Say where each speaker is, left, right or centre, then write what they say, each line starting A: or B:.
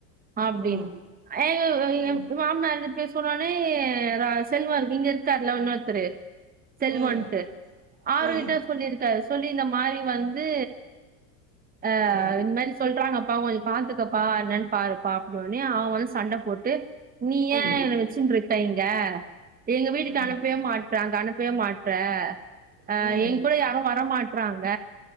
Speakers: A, on the right (about 20°); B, on the right (about 80°).
A: அப்டின்னு
B: ம்
A: ஐ
B: ம்
A: ஏன் மாமனாரு இப்டி சொன்னோன்னே செல்வம் இங்க இருக்காருல இன்னொருத்தரு செல்வன்
B: ம்
A: ஆரோகிட்ட
B: ம்
A: சொல்லியிருக்காரு சொல்லி இந்த மாரி வந்து ஆ
B: ம்
A: இந்த மாரி சொல்றாங்கப்பா கொஞ்சம் பாத்துக்கப்பா என்னன்னு பாருப்பா அப்டின் உடனே அவன் வந்து சண்ட போட்டு நீ
B: அய்யய்யோ
A: ஏன் என்ன வச்சுன்ட் இருக் சைங்க எங்க வீட்டுக்கு
B: ம்
A: அனுப்பவே மாட்டுற க அனுப்பவே மாட்ற அ
B: ம்
A: எங் கூட யாரு வரமாட்றாங்க